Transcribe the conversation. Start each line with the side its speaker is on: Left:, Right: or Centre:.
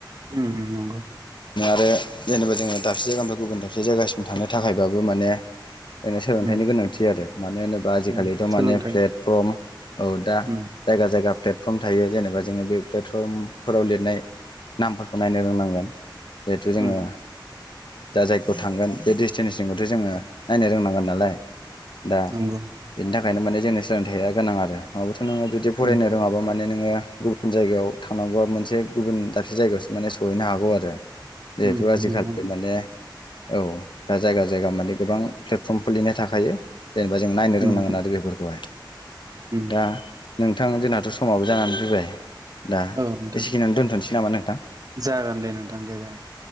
Right: ओम ओम नंगौ
Left: आरो जेनेबा जोङो दाबसे जायगानिफ्राय गुबुन दाबसे जायगासिम थांनो थाखायबाबो माने नो सोलोंथाइनि
Right: उम
Left: गोनांथि आरो मानो होनोब्ला आजिखालिथ'
Right: उम
Left: माने
Right: सोलोंथाइ
Left: प्लेटफर्म औ दा
Right: उम
Left: जायगा जायगा फ्लेट फर्म थायो जेनेबा जोङो बे प्लेटफर्मफोराव लिरनाय नामफोरखौ नायनो रोंनांगोन जिहेथु जोङो
Right: उम
Left: दा जायखौ थांगोन बे डेस्टिनेसनखौथ' जोङो नायनो रोंनांगोन नालाय दा
Right: नंगौ
Left: बेनि थाखायनो माने जोंनि सोलोंथाइया गोनां आरो नङाबाथ' नोङो जुदि फरायनो
Right: उम
Left: रोङाबा माने नों नोङो गुबुन जायगायाव थांनांगौबा मोनसे गुबुन दाबसे जायगायावसो माने सहैनो हागौ आरो जिहेथु
Right: उम
Left: आजिखालि
Right: नंगौ
Left: माने औ दा जायगा जायगा माने गोबां प्लेटफर्म खुलिनाय थाखायो जेनेबा जों नायनो रोंनांगोन
Right: उम
Left: आरो बेफोरखौहाय
Right: उम
Left: दा नोंथां जोंनााथ समाबो जानानै फैबाय दा
Right: औ नोंथां
Left: एसेखिनियानो दोनथनोसै नामा नोंथां
Right: जागोन दे नोंथां दे जागोन